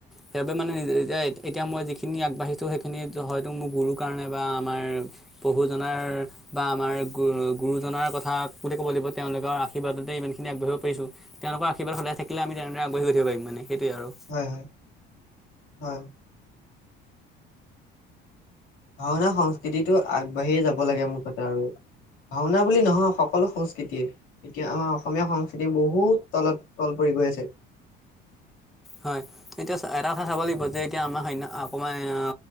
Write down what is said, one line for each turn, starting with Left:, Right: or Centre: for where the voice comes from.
Centre: সেইবাবে মানে নিজে এতিয়া মই যিখিনি আগবাঢ়িছোঁ সেইখিনিত হয়তো মোৰ গুৰু কাৰণে বা আমাৰ প্ৰভুজনাৰ বা আমাৰ গু গুৰুজনাৰ কথা বুলি ক'ব লাগিব তেওঁলোকৰ আশীৰ্বাদতে ইমানখিনি আগবাঢ়িব পাৰিছোঁ। তেওঁলোকৰ আশীৰ্বাদ সদায় থাকিলে আমি তেনেদৰে আগবাঢ়ি গৈ থাকিব পাৰিম মানে সেইটোৱে আৰু
Left: হয় হয়, হয়। ভাওনা সংস্কৃতিটো আগবাঢ়িয়ে যাব লাগে মুঠতে আৰু ভাওনা বুলি নহয় সকলো সংস্কৃতিয়ে এতিয়া আমাৰ অসমীয়া সংস্কৃতি বহুত তলত তল পৰি গৈ আছে।
Centre: হয়, এতিয়া চা এটা কথা চাব লাগিব যে এতিয়া আমাৰ সন্য় <unintelligible> অকণমান আ